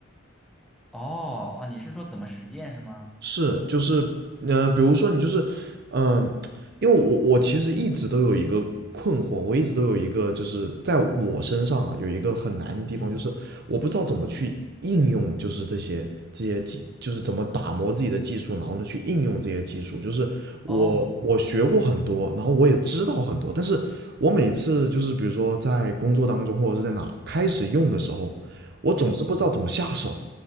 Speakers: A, in the centre; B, on the right.
A: 哦哦，你是说怎么实践是吗？
B: 是，就是，呃，比如说你就是，嗯、因为我我其实一直都有一个困惑，我一直都有一个就是在我身上啊有一个很难的地方，
A: 嗯，
B: 就是我不知道怎么去应用，就是这些这些技，就是怎么打磨自己的技术，然后呢去应用这些技术。就是我我学过很多，
A: 哦，
B: 然后我也知道很多，但是我每次就是比如说在工作当中或者是在哪开始用的时候，我总是不知道怎么下手。
A: 嗯嗯，